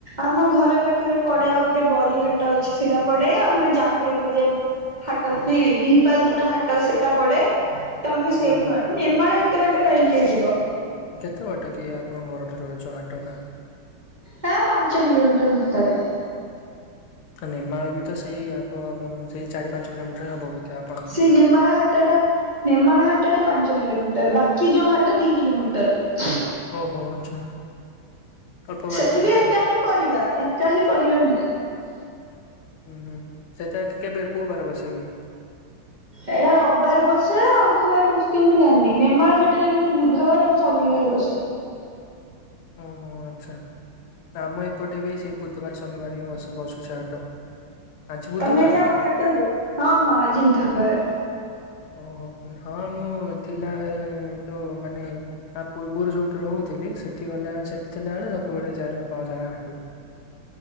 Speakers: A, on the right (about 25°); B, on the left (about 80°).
A: ଆମ ଘର ପାଖରେ ପଡେ ଆଉ ଗୋଟେ ବରିଘାଟ ଅଛି ସେଇଟା ପଡେ ଆଉ ଗୋଟେ ଜାଗୁଳି ବଜାର। ହାଟ <unintelligible> ବିଲପାଲ ହାଟ ସେଟା। ପଡେ ତ ଆମେ ସେଇଠୁ
B: ଓହୋ
A: ଆଣୁ ନେମାଳ ଏତେ ବାଟ କାହିଁକିଇ ଯିବ।
B: କେତେ ବାଟ କିଏ ଆପଣଙ୍କ ଘରଠାରୁ ଯଉ ହାଟଟା?
A: ତା ପାଞ୍ଚ କିଲୋମିଟର ଭିତରେ।
B: ନେମାଳୟ ବି ତ ସେଇ ଆଗ ସେଇ ଚାରି ପାଞ୍ଚ କିଲୋମିଟର ହବ ବଧେ।
A: ସେଇ ନିମାଳ ହା ଟଟା ନେମାଳ ହାଟ ଟା ପାଞ୍ଚ କିଲୋମିଟର ବାକି ଯୋଉ ହାଟ ଦି କିଲୋମିଟର।
B: ଓହୋ ଆଚ୍ଛା। ଅଳ୍ପ ବାଟ
A: ସେଠି
B: ତାହେଲେ
A: ବି ଏକା
B: ଆଉ
A: ହିଁ ପରିବା ଏକା ହିଁ ପରିବା ମିଳେ।
B: ହୁଁ ହୁଁ ସେଟା କେବେ କୋଉ ବାର ବସେକି?
A: ଏଇଟା ରବିବାର ବସେ ଆଉ କଉ ବାର ବସୁଥିବ ମୁଁ ଜାଣିନି ନେମାଳ ହଟରେ କିନ୍ତୁ ବୁଧବାର ଶନିବାର ବସେ।
B: ଓହୋ ଆଚ୍ଛା ଆମ ଏପଟେ ବି ସେଇ ବୁଧବାର ଶନିବାର ହିଁ ବସୁଛି ହାଟ। ଆଜି ବୁଧବାର
A: ତମେ ଯାଅ
B: କି
A: ହାଟକୁ ହଁ ହଁ ଆଜି ବୁଧବାର।
B: ଓହୋ ହଁ ମୁଁ ଥିଲା ଯୋଉ ମାନେ ଆ ପୂର୍ବରୁ ଯୋଉଠି ରହୁଥିଲି ସେଠି ଗଲା ସେଠି ଥିଲାବେଳେ ସବୁବେଳେ ଯାଏ ବାପାଙ୍କ ସାଙ୍ଗ ରେ ହାଟକୁ।